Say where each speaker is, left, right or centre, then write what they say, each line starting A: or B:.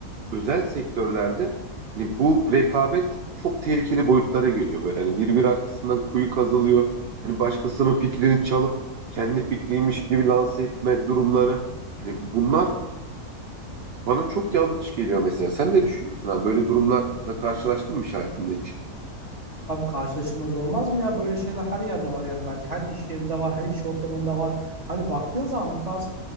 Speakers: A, on the right; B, on the right.
A: özel sektörlerde hani bu rekabet çok tehlikeli boyutlara geliyor böyle. Hani birbir arkasından kuyu kazılıyor. Hani başkasının fikrini çalıp kendi fikriymiş gibi lanse etme durumları. Hani bunlar bana çok yanlış geliyor mesela. Sen ne düşünüyorsun? Hani böyle durumlarla karşılaştın mı hiç hayatında hiç?
B: Abi karşılaşılmaz olmaz mı ya? Böyle şeyler her yerde var yani bence. Her iş yerinde var, her iş ortamında var. Hani baktığın zaman bu tarz